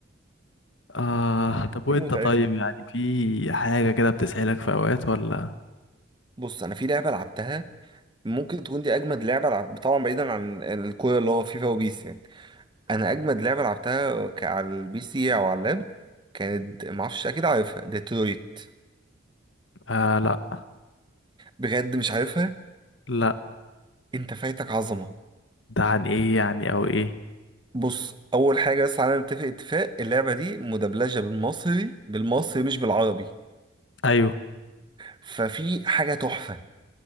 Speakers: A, on the left (about 70°); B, on the right (about 25°).
A: آه طب وانت
B: دي متعتها
A: طيب يعني في حاجة كده بتسحلك في اوقات ولا
B: بص أنا في لعبة لعبتها ممكن تكون دي أجمد لعبة لعب طبعا بعيدا عن الكورة اللي هو فيفا وبيس يعني أنا أجمد لعبة لعبتها ك- على البي سي أو على اللاب كانت معرفش أكيد عارفها ديترويت
A: آه لا
B: بجد مش عارفها
A: لا
B: انت فايتك عظمه
A: ده عن ايه يعني او ايه
B: بص اول حاجه بس على نتفق اتفاق اللعبه دي مدبلجه بالمصري بالمصري مش بالعربي
A: ايوه
B: ففي حاجه تحفه